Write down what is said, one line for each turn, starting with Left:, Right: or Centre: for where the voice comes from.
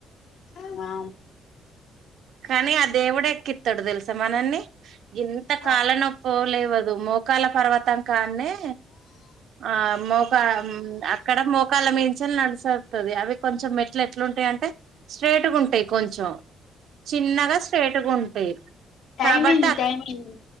Left: ఆ
Right: కానీ అ దేవుడు ఎక్కిత్తడు తెల్స్ మనన్ని ఎంత
Left: ఆ
Right: కాల నొప్పొ లేవదు మోకాల పర్వతం కాన్నే ఆ మోకా అక్కడ మోకాల మీ నడిసగుతుంది అవి కొంచం మెట్లు ఎట్లుంటయి అంటే స్ట్రేట్గుంటయి కొంచం చిన్నగా స్ట్రేట్గుంటయి
Left: టైం
Right: కాబట్టి
Left: అయింది
Right: అ
Left: టైం అయింది